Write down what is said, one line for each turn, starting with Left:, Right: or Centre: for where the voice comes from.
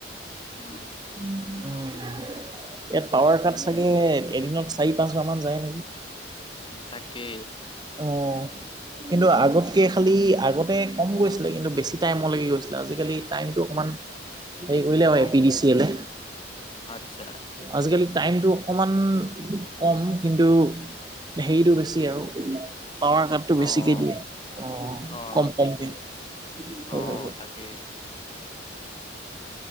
Right: ইয়াত
Left: উম,
Right: পাৱাৰ কাট
Left: উম,
Right: চাগে এদিনত চাৰি পাঁচ বাৰ মান যায় নেকি।
Left: তাকে।
Right: অ', কিন্তু আগতকে খালি আগতে কম গৈছিলে কিন্তু বেছি টাইম লাগি গৈছিলে আজিকালি টাইমতটো অকণমান হেৰি কৰিলে
Left: কম
Right: আৰু এ পি ডি চি এলে।
Left: আচ্ছা।
Right: আজিকালি টাইমতটো অকমান কম কিন্তু হেৰিটো বেছি আৰু। পাৱাৰ কাটটো বেছিকে
Left: অ',
Right: দিয়ে। অ',
Left: অ',
Right: কম কমকে
Left: এক
Right: হয়
Left: অ'
Right: হয় হয়।
Left: তাকে। <inaudible>